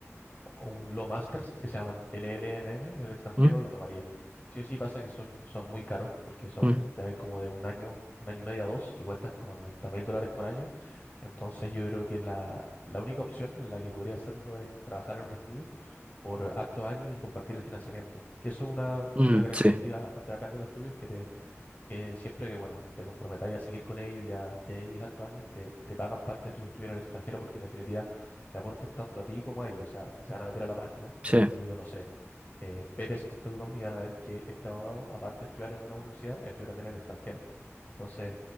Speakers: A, on the left; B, on the right.
A: o un Law Masters que se llaman LLMM en el extranjero,
B: ¿Mm?
A: lo tomaría. Sí o sí pasa que son, son muy caros porque son,
B: Mm,
A: te hay como de un año, un año y medio a dos y cuestan como noventa mil dólares por año. Entonces yo creo que la, la única opción en la que podría hacerlo es trabajar en un estudio por hartos años y compartir el financiamiento. Que eso es una,
B: mm,
A: una característica
B: sí,
A: bastante bacán de los estudios que te, que siempre que, bueno, te comprometáis a seguir con ellos y a, y a vivir hartos años, te, te pagan parte de tus estudios en el extranjero porque en definitiva te aportan tanto a ti como a ellos. O sea, se van a meter a la página del
B: sí,
A: estudio, no sé, eh, pérez punto com y van a ver que este abogado, aparte de estudiar en una universidad, estudia también en el extranjero. Entonces,